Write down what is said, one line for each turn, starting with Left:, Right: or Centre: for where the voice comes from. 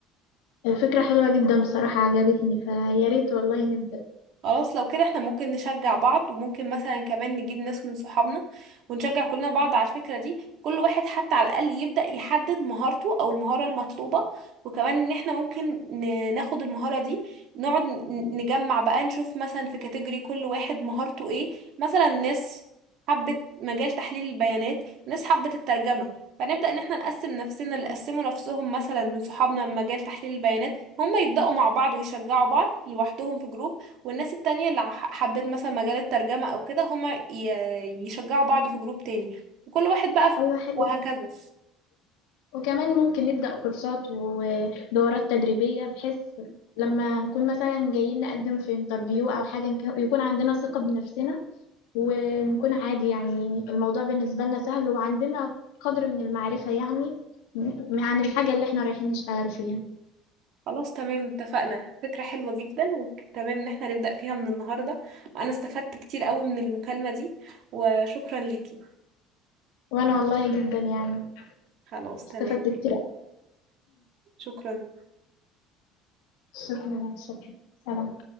Left: الفكرة حلوة جدا بصراحة عجبتني فيا ريت والله نبدأ
Right: خلاص لو كده احنا ممكن نشجع بعض وممكن مثلا كمان نجيب ناس من صحابنا ونشجع كلنا بعض على الفكرة دي كل واحد حتى على الأقل يبدأ يحدد مهارته أو المهارة المطلوبة وكمان ان احنا ممكن ن- ناخد المهارة دي نقعد ن- نجمع بقى نشوف مثلا في كاتيجوري كل واحد مهارته ايه مثلا ناس حبت مجال تحليل البيانات ناس حبت الترجمة فنبدأ ان احنا نقسم نفسنا اللي قسموا نفسهم مثلا من صحابنا من مجال تحليل البيانات هم يبدأوا مع بعض ويشجعوا بعض لوحدهم في جروب والناس التانية اللي ح- حبت مثلا مجال الترجمة أو كده هما ي- يشجعوا بعض في جروب تاني وكل واحد بقى في...
Left: أيوة حلو
Right: وهكذا
Left: وكمان ممكن نبدأ كورسات ودورات تدريبية بحيث لما نكون مثلا جايين نقدم في انترفيو أو حاجة نك- يكون عندنا ثقة بنفسنا ونكون عادي يعني الموضوع بالنسبة لنا سهل وعندنا قدر من المعرفة يعني م- عن الحاجة اللي احنا رايحين نشتغل فيها
Right: خلاص تمام اتفقنا فكرة حلوة جدا وتمام ان احنا نبدأ فيها من النهاردة وأنا استفدت كتير قوي من المكالمة دي وشكرا ليكي
Left: وأنا والله جدا يعني
Right: خلاص
Left: استفدت
Right: تمام
Left: كتير
Right: شكرا
Left: شكرا لك شكرا سلام